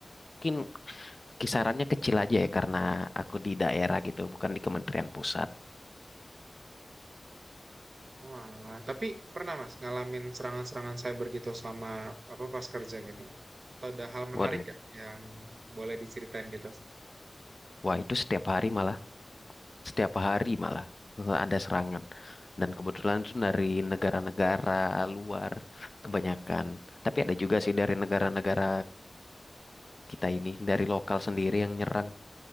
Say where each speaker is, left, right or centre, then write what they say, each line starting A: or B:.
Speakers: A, on the left (about 45°); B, on the right (about 75°).
A: mungkin kisarannya kecil aja ya karena aku di daerah gitu, bukan di Kementerian Pusat.
B: Walah, tapi pernah Mas ngalamin serangan-serangan cyber gitu selama apa pas kerja gitu? Atau ada hal menarik
A: Waduh,
B: gak yang boleh diceritain gitu?
A: wah itu setiap hari malah, setiap hari malah eh, ada serangan. Dan kebetulan itu dari negara-negara luar kebanyakan. Tapi ada juga sih dari negara-negara kita ini dari lokal sendiri yang nyerang.